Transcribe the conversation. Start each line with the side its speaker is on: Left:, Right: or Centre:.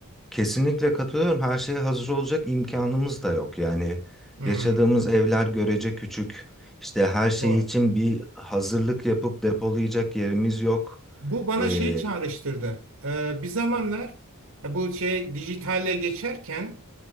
Centre: Kesinlikle katılıyorum. Her şeye hazır olacak imkanımız da yok. Yani
Right: Hmm,
Centre: yaşadığımız evler görece küçük. İşte her şey
Right: doğru.
Centre: için bir hazırlık yapıp depolayacak yerimiz yok.
Right: Bu bana
Centre: Ee,
Right: şeyi çağrıştırdı. Ee, bir zamanlar ya bu şey dijitale geçerken